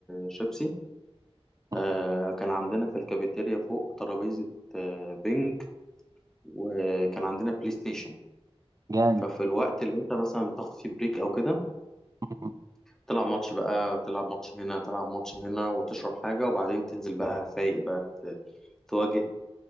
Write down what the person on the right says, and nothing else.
<laughs>
جامد
<laughs>